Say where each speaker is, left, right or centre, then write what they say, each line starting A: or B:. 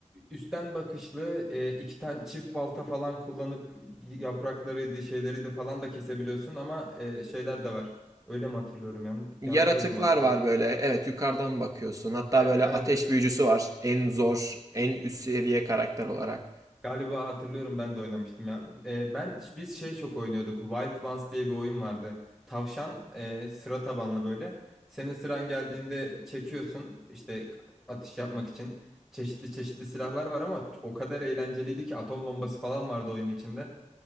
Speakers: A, in the centre; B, on the right (about 25°).
A: Üstten bakışlı e, iki tane çift balta falan kullanıp yapraklarıydı, şeyleri de falan da kesebiliyorsun ama e, şeyler de var. Öyle mi hatırlıyorum? Yan yanlış
B: Yaratıklar
A: oyunu mu hatırlıyorum?
B: var böyle. Evet yukarıdan bakıyorsun. Hatta
A: E-
B: böyle
A: Evet,
B: ateş
A: evet.
B: büyücüsü var. En zor, en üst seviye karakter olarak.
A: Galiba hatırlıyorum ben de oynamıştım ya. E, ben biz şey çok oynuyorduk. Wild Ones diye bir oyun vardı. Tavşan e, sıra tabanlı böyle. Senin sıran geldiğinde çekiyorsun işte atış yapmak için. Çeşitli çeşitli silahlar var ama o kadar eğlenceliydi ki atom bombası falan vardı oyunun içinde.